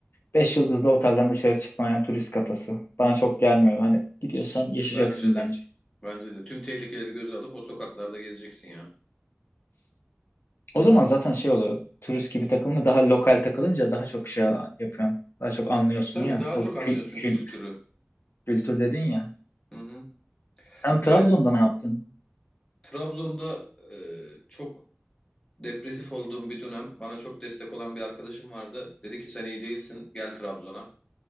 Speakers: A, on the left (about 60°); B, on the left (about 20°).
A: 5 yıldızlı otelden dışarı çıkmayan turist kafası. Bana çok gelmiyor. Hani gidiyorsan yaşayacaksın
B: Bence de.
A: bence.
B: Bence de. Tüm tehlikeleri göze alıp o sokaklarda gezeceksin ya.
A: O zaman zaten şey oluyor. Turist gibi takılma daha lokal takılınca daha çok şey yapıyorsun. Daha çok anlıyorsun
B: Tabii
A: ya.
B: daha
A: O
B: çok
A: kül,
B: anlıyorsun
A: kül,
B: kültürü.
A: kültür dedin ya.
B: Hı hı.
A: Sen Trabzon'da
B: Ee,
A: ne yaptın?
B: Trabzon'da e, çok depresif olduğum bir dönem bana çok destek olan bir arkadaşım vardı. Dedi ki sen iyi değilsin gel Trabzon'a.